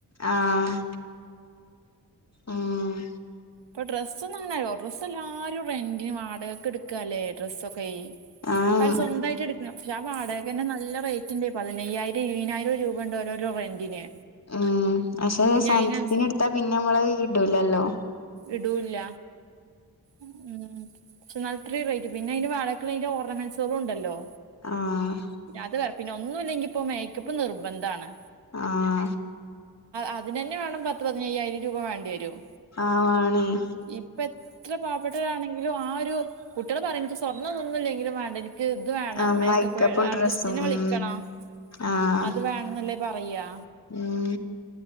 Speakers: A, on the left; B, on the right.
A: ആഹ് ഉം
B: ഇപ്പൊ ഡ്രസ്സൊന്നും അങ്ങന ലോ ഡ്രസ് എല്ലാരും റെന്റിന് വാടകക്ക് എടുക്കാല്ലേ ഡ്രസ്സൊക്കേ ഇപ്പ
A: ആഹ്
B: അയാള് സ്വന്തായ്‌റ്റ് ഇട് അപ്പം ഞാൻ വാടകക്ക് തന്നെ നല്ല റേറ്റ് ഇണ്ട് പതിനയ്യായിരം ഇരുവ്നായിരം രൂപേണ്ട് ഓരോരോ റെന്റിന്
A: ഉം പക്ഷെ ഒര്
B: പിന്നെ
A: സാന്‌ത്തിന്
B: അയിനനുസ
A: എടുത്താ പിന്നെ നമ്മള് ഇടൂലല്ലോ
B: ഇടൂല്ല ഉം പക്ഷെ ഇന്നാല് ഇത്രേറെയ്റ്റ് പിന്നെ അയ്ന്റെ വാടക്കുള്ള അതിന്റെ ഓർണമെന്റ്സുകളും ഒണ്ടല്ലോ
A: ആഹ്
B: അത് വേറെ പിന്നെ ഒന്നും ഇല്ലെങ്കി ഇപ്പൊ മേക്കപ്പ് നിർബന്ധാണ്
A: ആഹ്
B: അതിന് തന്നെ വേണം പത്ത് പതിനയ്യായിരം രൂപ വേണ്ടി വരും
A: ആഹ് വാണേയ്
B: ഇപ്പ എത്ര പാവപ്പെട്ടവരാണെങ്കിലും ആ ഒരു കുട്ടികള് പറയുന്നത് സ്വർണ്ണൊന്നു ഒന്നുല്ലെങ്കിലും വേണ്ട എനിക്ക് ക്ക് ഇത് വേണം
A: ആഹ്
B: മേക്കപ്പ്
A: മേക്കപ്പും
B: ആർട്ടിസ്റ്റിനെ
A: ഡ്രസ്സും ഉം
B: വിളിക്കണം
A: ആഹ്
B: അത് വേണംന്നല്ലേ പറയാ
A: ഉം